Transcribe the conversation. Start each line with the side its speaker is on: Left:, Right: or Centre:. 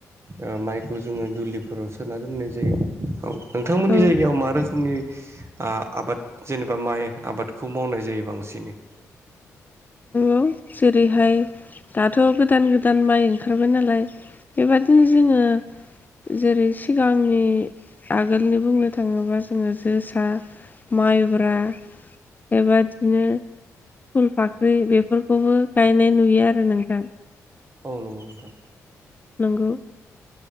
Right: ओ माइखौ जोङो दुलिफोराव सोना दोननाय जायो औ। नोंथांमोननि
Left: औ
Right: जायगायाव मा रोखोमनि आ आबाद जेनेबा माइ आबादखौ मावनाय जायो बांसिनै?
Left: <unintelligible> जेरैहाय दाथ' गोदान गोदान माइ ओंखारबाय नालाय बेबादिनो जोङो जेरै सिगांनि आगोलनि बुंनो थाङोबा जोङो जोसा माइब्रा, बेबादिनो फुल फाख्रि बेफोर खौबो गायनाय नुयो आरो नोंथां।
Right: औ नंगौ नोंथां।
Left: नंगौ